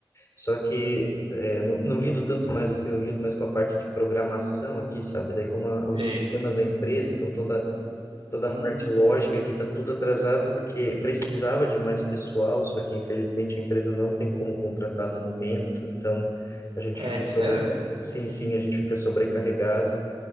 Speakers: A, on the left (about 35°); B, on the right (about 80°).
A: Só que é, não, não lido tanto mais, assim, eu lido mais com a parte de programação aqui, sabe? Daí como a- os
B: Ei,
A: sistemas da empresa, então toda toda
B: hum,
A: a parte lógica que está tudo atrasado porque precisava de mais pessoal, só que infelizmente a empresa não tem como contratar no momento, então a gente
B: é
A: fica
B: sério?
A: sobre... Sim, sim, a gente fica sobrecarregado.